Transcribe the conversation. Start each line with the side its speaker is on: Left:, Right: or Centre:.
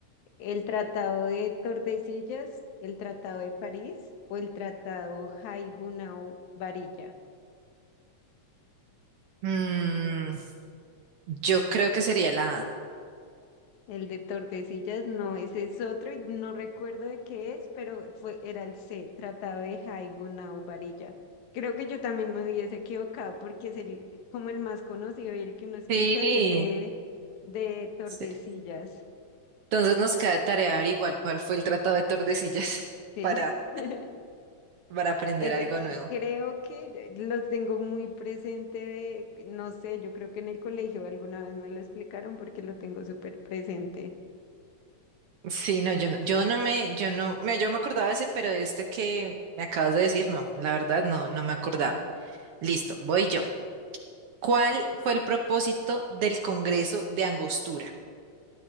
Left: ¿El Tratado de Tordesillas, el Tratado de París o el Tratado Jaibunau-Varilla?
Right: Mm, yo creo que sería la A.
Left: El de Tordesillas no, ese es otro, y no recuerdo de qué es, pero fue, era el C, Tratado de Jaibuna o Varilla. Creo que yo también me hubiese equivocado porque es el, como el más conocido y el que uno escucha
Right: Sí,
Left: es ese de Tordesillas.
Right: sí. Entonces nos queda de tarea averiguar cuál fue el Tratado de Tordesillas <laughs>
Left: Sí.
Right: para,
Left: <laughs>
Right: para aprender
Left: Ese,
Right: algo
Left: eh,
Right: nuevo.
Left: creo que lo tengo muy presente de, no sé, yo creo que en el colegio alguna vez me lo explicaron porque lo tengo súper presente.
Right: Sí, no, yo, no- yo no me, yo no, me, yo me acordaba de ese, pero de este que me acabas de decir, no, la verdad no, no me acordaba. Listo, voy yo. ¿Cuál fue el propósito del Congreso de Angostura?